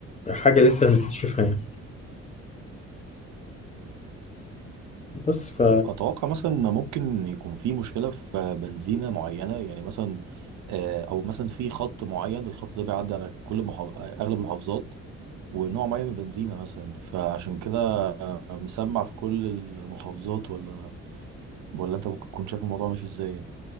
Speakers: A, on the left (about 25°); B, on the right (about 75°).
A: حاجة لسه هنكتشفها يعني بس ف
B: اتوقع مثلا ان ممكن يكون في مشكله في بنزينه معينه يعني مثلا آه، او مثلا في خط معين الخط ده بيعدي على كل محافظ... اغلب المحافظات ونوع معين من البنزينة مثلا فعشان كده مسمع في كل المحافظات ولا ولا انت ممكن تكون شايف الموضوع ماشي ازاي يعني